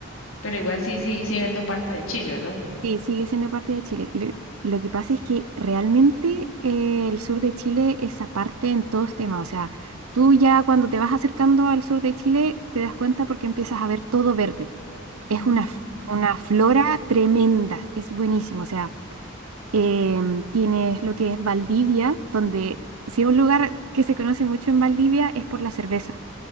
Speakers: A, on the left; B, on the right.
A: Pero igual sí sigue siendo parte de Chile, ¿verdad?
B: Sí, sigue siendo parte de Chile. Lo, lo que pasa es que realmente eh, el sur de Chile es aparte en todos temas. O sea, tú ya cuando te vas acercando al sur de Chile te das cuenta porque empiezas a ver todo verde. Es
A: Mm,
B: una, f- una flora tremenda, es buenísimo. O sea, em, tienes lo que es Valdivia, donde si hay un lugar que se conoce mucho en Valdivia es por la cerveza.